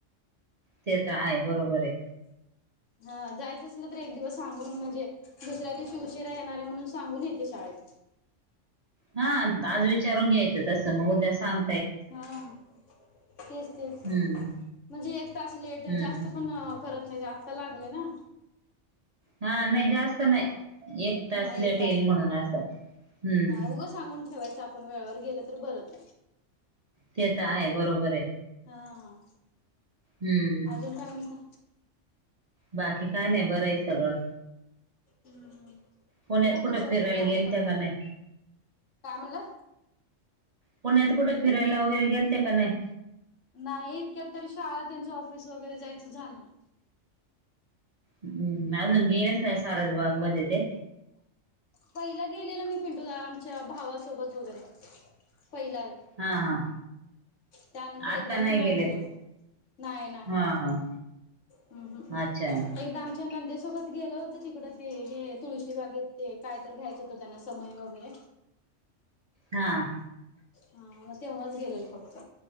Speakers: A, on the right; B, on the left.
A: ते तर आहे बरोबर आहे.
B: हा जायचं असलं तर एक दिवस सांगून म्हणजे, दुसऱ्या दिवशी उशिरा येणार आहे म्हणून सांगून येते शाळेत.
A: हा आज विचारून घ्यायचं तसं मग उद्या सांग
B: हां तेच- तेच
A: हम्म
B: म्हणजे एक तास लेट
A: हम्म
B: जास्त पण करत नाहीत आत्ता लागलं ना.
A: हा नाही जास्त नाही, एक तास
B: हा एक
A: लेट येईल म्हणून असं हूं..
B: उग सांगून ठेवायचं आपण वेळेवर गेलं तर बरंच.
A: ते तर आहे बरोबर आहे.
B: हा
A: हम्म
B: अजून काय म्हणता?
A: बाकी काय नाही, बरं आहे सगळं.
B: हम्म
A: पुण्यात
B: बघू
A: कुठं
B: कसं
A: फिरायला
B: होते काय
A: गेलत्या
B: जम
A: का नाही?
B: काय म्हणला
A: पुण्यात कुठं फिरायला वगैरे गेलत्या का नाही.?
B: नाही इतक्यात तरी शाळा, त्यांचं ऑफिस वगैरे जायचं झालं नाही.
A: हुं.. अजून गेलेच नाही सारज बागमध्ये तेन?
B: पहिला गेलेलं मी पिंटू दा आमच्या भावासोबत वगैरे. पहिला
A: हा, हा.
B: त्यानंतर
A: आता
B: एकदा पण नाही
A: गेले
B: गेलो मी, नाही -नाही.
A: हा हा
B: ह. ह..
A: अच्छा
B: एकदा आमच्या नंदे सोबत गेलं होतो तिकडं ते हे, तुळशीबागेत ते कायतर घ्यायचं होतं त्यांना समई वगैरे.
A: हां...
B: हा मग तेव्हाचं गेलेल फक्त,